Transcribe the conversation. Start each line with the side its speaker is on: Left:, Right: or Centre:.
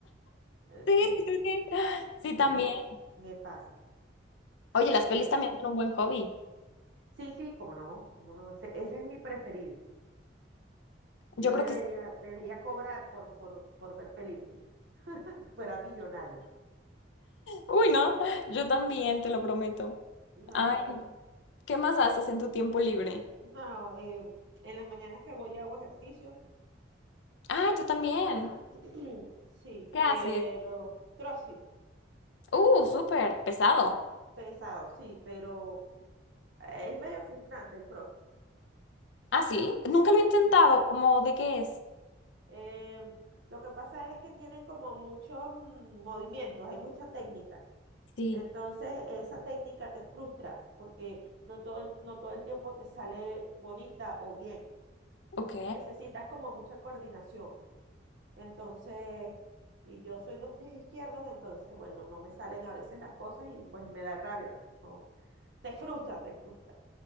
Right: Eh,
Left: Sí,
Right: Sí,
Left: sí, sí, sí. Sí,
Right: me,
Left: también.
Right: me- me pasa,
Left: Oye, las
Right: me
Left: pelis
Right: pasa.
Left: también son un buen hobby.
Right: Sí, sí, cómo no, cómo no, ese, ese es mi preferido. Yo
Left: Yo creo
Right: debería,
Left: que sí.
Right: debería cobrar por, por, por ver películas, fuera millonaria.
Left: Uy, no, yo también, te lo prometo.
Right: No,
Left: Ay,
Right: no,
Left: no.
Right: no.
Left: ¿qué más haces en tu tiempo libre?
Right: No, eh, en las mañanas que voy y hago ejercicio,
Left: Ah, yo también.
Right: ah, <clears throat> sí,
Left: ¿Qué haces?
Right: pero CrossFit,
Left: Uh, súper pesado.
Right: pesado, sí, pero eh, Es medio frustrante el cross.
Left: Ah, sí. Nunca lo he intentado.
Right: Sí.
Left: ¿Cómo de qué es?
Right: Eh, lo que pasa es que tienen como muchos mm, movimientos, hay mucha técnica.
Left: Sí,
Right: Entonces, esa técnica te frustra porque no todo el, no todo el tiempo te sale bonita o bien.
Left: ok.
Right: Necesitas como mucha coordinación. Entonces, y yo soy dos pies izquierdos, entonces, bueno, no me salen a veces las cosas y pues me da rabia. pues, no. Te frustra, te frustra.